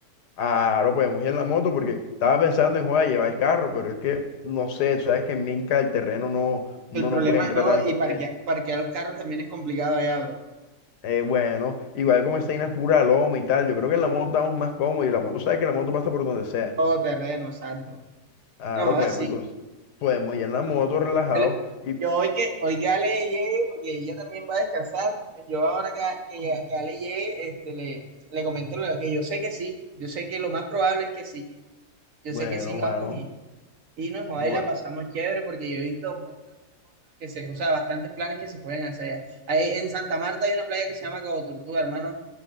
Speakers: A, on the left; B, on the right.
A: Claro, podemos ir en la moto porque estaba pensando en joder, llevar el carro, pero es que no sé, tú sabes que en Minca el terreno no, no,
B: El problema,
A: no puede entrar
B: no,
A: tanto.
B: y parquear,
A: Es,
B: parquear los carros también es complicado allá, bro.
A: eh, bueno, igual como esa vaina es pura loma y tal, yo creo que en la moto estamos más cómodos y la moto, sabes que la moto pasa por donde sea.
B: Todo terreno, exacto.
A: Claro,
B: No,
A: podemos,
B: así.
A: entonces podemos ir en la moto relajados
B: Yo, le-
A: y
B: yo hoy que, hoy que Ale llegue, porque ella también va a descansar, yo ahora que, que, que Ale llegue, este, le, le comento lo que yo sé que sí, yo sé que lo más probable es que sí, yo
A: bueno,
B: sé que sí vamos
A: mano,
B: y, y nos joda
A: mora-
B: y la pasamos chévere porque yo he visto bastantes cosas que se, o sea, bastantes planes que se pueden hacer. Ahí en Santa Marta hay una playa que se llama Cabo Tortuga, hermano,